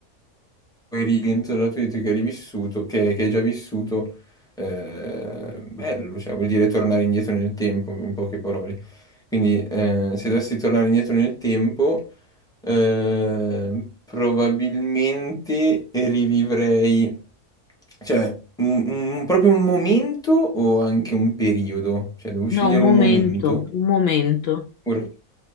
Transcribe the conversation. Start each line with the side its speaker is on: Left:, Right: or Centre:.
Centre: puoi rientrare nella tua vita che hai rivissuto, che, che hai già vissuto, eh, bello, cioè vuol dire tornare indietro nel tempo, in poche parole. Quindi eh, se dovessi tornare indietro nel tempo Eh, probabilmente rivivrei, cioè, un- un- proprio un momento o anche un periodo? Cioè, devo scegliere
Left: No, un momento,
Centre: un momento?
Left: un momento.
Centre: Oppure-